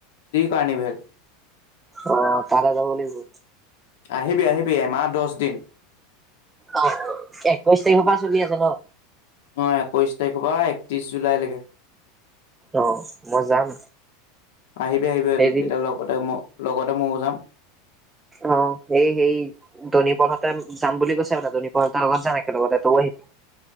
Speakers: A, on the left; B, on the right.
A: কাৰ্ণিভেল
B: অ তালে যাব লাগিব
A: আহিবি আহিবি এমাহ দছ দিন
B: অ একৈশ তাৰিখৰ পৰা চলি আছে ন
A: অ একৈশ তাৰিখৰ পৰা একত্ৰিশ জুলাইলৈকে
B: অ মই যাম
A: আহিবি আহিবি
B: এদিন
A: তেতিয়া লগতে মোক লগতে ময়ো যাম
B: অ সেই সেই ধনী পলহঁতে যাম বুলি কৈছে বোলে ধনী পলহঁতৰ লগত যাম একে লগতে তয়ো আহিবি